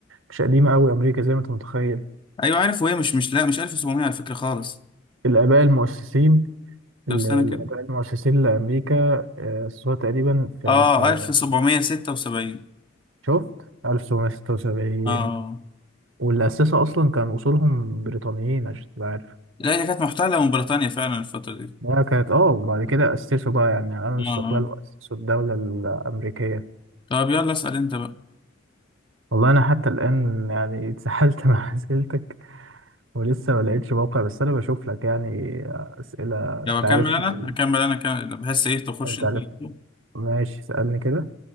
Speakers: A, on the right (about 70°); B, on the left (about 25°).
A: مش قديمة قوي أمريكا زي ما انت متخيل
B: ايوه عارف وهي مش مش لا مش 1700 على فكره خالص
A: الآباء المؤسسين
B: طب
A: ال-
B: استنى
A: الآباء
B: كده
A: المؤسسين لأمريكا آه، أسسوها تقريبا في
B: اه
A: في
B: 1776
A: شفت 1776
B: اه
A: واللي أسسها أصلا كان أصولهم بريطانيين عشان تبقى عارف
B: لا هي كانت محتله من بريطانيا فعلا الفتره دي
A: هي كانت اه وبعد كده أسسوا بقى يعني عملوا الاستقلال
B: اه آه.
A: وأسسوا الدولة الأمريكية
B: طب يلا اسال انت بقى
A: والله أنا حتى الآن يعني اتسحلت <laughs> مع أسئلتك ولسه ما لقيتش موقع بس أنا بشوف لك يعني أسئلة
B: لو
A: أنت
B: اكمل
A: عارفني
B: انا اكمل انا كم... بحس ايه تخش
A: أنت
B: انت
A: عارف
B: على طول.
A: ماشي سألني كده